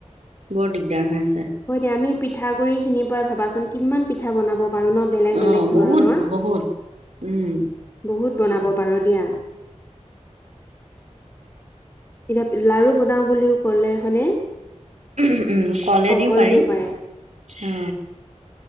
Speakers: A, on the right; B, on the left.
A: বৰ দিগদাৰ হৈ আছে।
B: হয় দিয়া, আমি পিঠাগুৰি খিনিৰ পৰাই ভাবাচোন কিমান পিঠা বনাব পাৰো ন। বেলেগ
A: অ,
B: বেলেগ ধৰণৰ
A: বহুত বহুত উম।
B: বহুত বনাব পাৰোঁ দিয়া। এতিয়া লাৰু বনাওঁ বুলিও ক'লে হয়নে!
A: উহম উম, কলেদিও
B: অ কলডিও
A: পাৰি।
B: পাৰে
A: অ